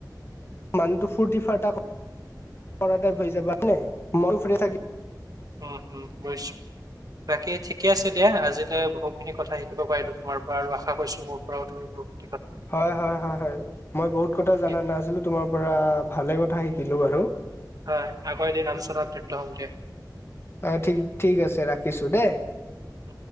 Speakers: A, on the left; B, on the right.
A: মানুহটো ফুৰ্তি ফাৰ্তা কৰাটাইপ হৈ যাবা হয় নে মই ফ্ৰ থাকিম।
B: উম, উম গৈছো। বাকী ঠিকে আছে দিয়া আজিলে বহুতখিনি কথা শিকিব পাৰিলো তোমাৰ পৰা আৰু আশা কৰিছো মোৰ পৰাও তুমি বহুতখিন
A: হয়, হয়, হয়, হয়, মই, বহুত কথা জানা
B: ঠিক
A: নাছিলো তোমাৰ পৰা ভালে কথা শিকিলো বাৰু।
B: হয় আকৌ এদিন আলোছনাত জৰিত হম দিয়া।
A: অ' ঠিক ঠিক আছে ৰাখিছো দেই।
B: উম।